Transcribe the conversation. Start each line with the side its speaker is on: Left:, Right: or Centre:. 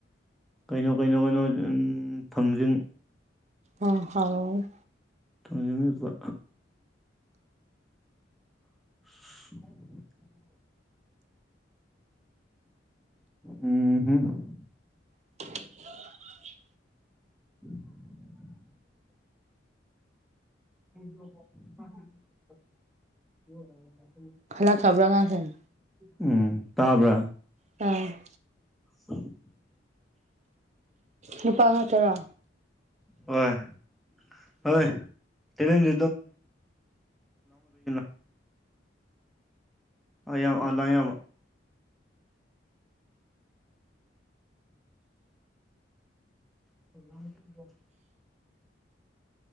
Centre: ꯀꯩꯅꯣ ꯀꯩꯅꯣ ꯀꯩꯅꯣ ꯊꯥꯡꯖꯤꯡ
Right: ꯑ ꯍꯥꯂ‌ꯣ
Centre: ꯇꯧꯅꯤꯡꯏꯕ <inaudible> ꯎꯝ ꯍꯨꯝ
Right: <unintelligible>
Centre: <inaudible> <unintelligible>
Right: ꯈꯜꯂꯛ ꯈ꯭ꯔꯕ꯭ꯔꯥ ꯑꯉꯥꯡꯁꯤꯡ
Centre: ꯎꯝ ꯇꯥꯕ꯭ꯔꯥ
Right: ꯇꯥꯏ
Centre: <unintelligible> <inaudible>
Right: ꯅꯨꯄꯥ ꯈꯛꯇꯔꯣ
Centre: ꯍ‌ꯣꯏ ꯍ‌ꯣꯏ <unintelligible> <unintelligible> <inaudible>